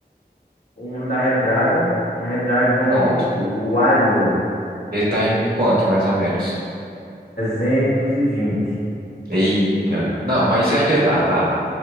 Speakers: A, on the left (about 75°); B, on the right (about 60°).
A: um da Red Dragon, um Red Dragon
B: pronto.
A: Wide Load
B: Ele tá em quanto, mais ou menos?
A: vinte
B: Eita. Não, mas ainda dá, dá.